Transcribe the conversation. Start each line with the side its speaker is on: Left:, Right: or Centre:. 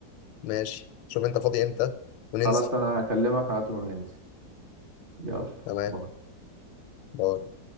Left: ماشي شوف أنت فاضي إمتى وننزل
Right: خلاص انا هكلمك على طول وننزل يلا
Left: تمام
Right: باي.
Left: باي